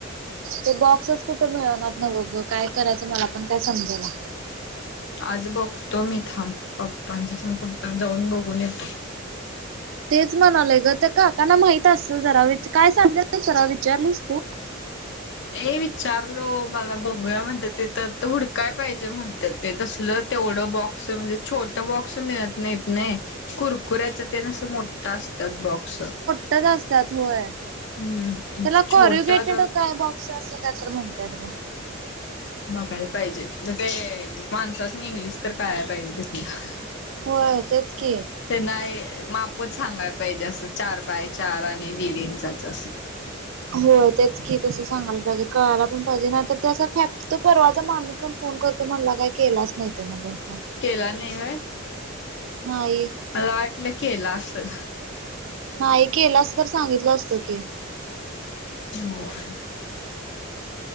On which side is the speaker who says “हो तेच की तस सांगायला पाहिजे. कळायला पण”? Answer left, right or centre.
Right